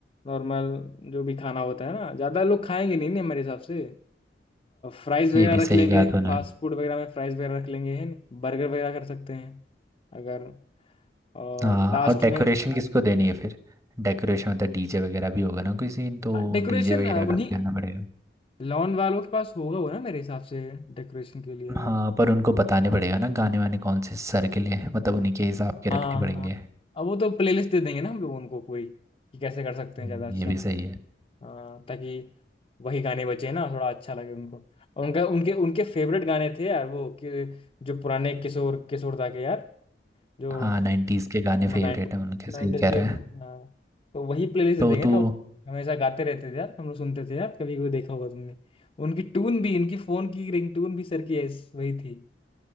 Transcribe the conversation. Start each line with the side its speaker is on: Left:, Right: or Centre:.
Left: नॉर्मल जो भी खाना होता है ना ज्यादा लोग खाएंगे नहीं नहीं हमारे हिसाब से फ्राइज वगैरह
Right: ये भी सही
Left: रख लेंगे
Right: कहा तूने
Left: फास्ट फूड वगैरह में फ्राइज वगैरह रख लेंगे है नहीं बर्गर वगैरह कर सकते हैं अगर और
Right: हाँ
Left: लास्ट
Right: और डेकोरेशन
Left: में
Right: किसको देनी है फिर डेकोरेशन मतलब डीजे वगैरह भी होगा ना कोई सीन तो
Left: डेकोरेशन
Right: डीजे वगैरह का
Left: उन्हीं
Right: करना पड़ेगा
Left: लॉन वालों के पास होगा वो ना मेरे हिसाब से डेकोरेशन के लिए अगर
Right: हाँ पर उनको बताने पड़ेगा ना गाने वाने कौन से सर के लिए मतलब उन्हीं के हिसाब के
Left: हाँ
Right: रखने पड़ेंगे
Left: हाँ अब वो तो प्लेलिस्ट दे देंगे ना हम लोग उनको पूरी कि कैसे कर सकते
Right: हम्म,
Left: हैं ज़्यादा अच्छा
Right: ये भी सही है
Left: हाँ ताकि वही गाने बचे ना थोड़ा अच्छा लगे उनको और उनका उनके उनके फेवरेट गाने थे यार वो कि जो पुराने किशोर किशोर दा के यार जो
Right: हाँ नाइन्टीज़ के गाने
Left: हाँ
Right: फेवरेट
Left: 90
Right: हैं उनके सही कह
Left: के
Right: रहा है
Left: हाँ तो वही प्लेलिस्ट
Right: तो
Left: दे देंगे
Right: तू
Left: ना हमेशा गाते रहते थे यार हम लोग सुनते थे यार कभी कोई देखा होगा तुमने उनकी टून भी इनकी फोन की रिंगटोन भी सर की ऐस- वही थी